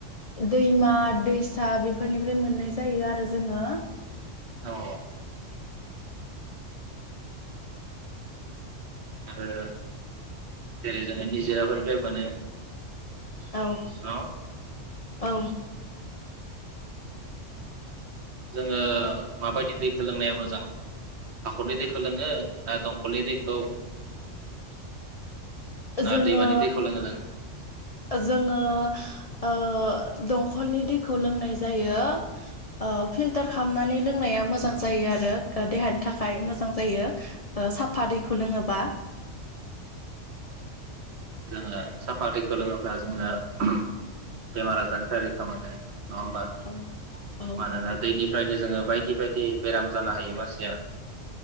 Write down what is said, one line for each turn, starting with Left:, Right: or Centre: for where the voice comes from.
Left: दैमा दैसा बेफोरनिफ्राय मोननाय जायो आरो जोङो
Right: औ। आरो जेरै जों निजोराफोरनिफ्रायबो मोनो।
Left: औ
Right: न'
Left: औ।
Right: जोङो माबायदि दैखो लोंनाया मोजां? हाखरनि दैखो लोङो दंकलनि दैखौ।
Left: <unintelligible>
Right: ना
Left: जोङो
Right: दैमानि दैखौ लोङो ना?
Left: जोङो ओ दंखलनि दैखौ लोंनाय जायो। ओ फिल्टार खालामनानै लोंनाया मोजां जायो आरो देहानि थाखाय
Right: जोङो
Left: मोजां जायो ओ साफा दैखौ लोङोबा।
Right: जोङो साफा दैखौ लोङोब्ला जोङो ओहम- बेमार आजारनिफ्राय रैखा मोनो नङा होमबा
Left: औ औ
Right: मानोना दैनिफ्रायनो जोङो। बायदि बायदि बेराम जानो हायो मानसिया।